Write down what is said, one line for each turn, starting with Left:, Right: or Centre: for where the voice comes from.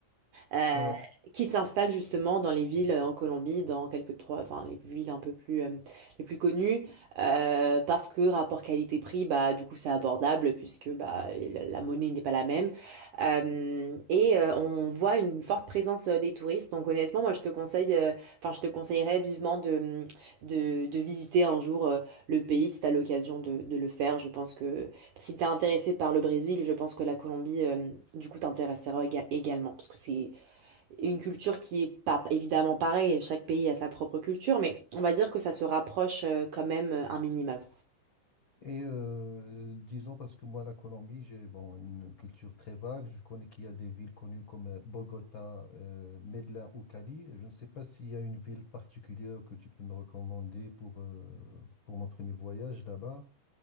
Right: euh,
Left: Oui,
Right: qui s'installent justement dans les villes euh, en Colombie, dans quelques trois, enfin les villes un peu plus euh, les plus connues, euh, parce que rapport qualité-prix, bah du coup c'est abordable puisque bah la, la monnaie n'est pas la même Euh, et euh, on voit une forte présence euh, des touristes. Donc honnêtement, moi je te conseille, euh, enfin je te conseillerais vivement de de, de visiter un jour euh, le pays si t'as l'occasion de, de le faire. Je pense que si t'es intéressé par le Brésil, je pense que la Colombie, euh, du coup, t'intéressera éga- également parce que c'est une culture qui est pas évidemment pareille, chaque pays a sa propre culture, mais on va dire que ça se rapproche euh, quand même euh, un minimum.
Left: Et euh, disons, parce que moi, la Colombie, j'ai bon, une culture très vague. Je connais qu'il y a des villes connues comme euh, Bogota, euh, Medellín ou Cali. Je ne sais pas s'il y a une ville particulière que tu peux me recommander pour, euh, pour mon premier voyage là-bas.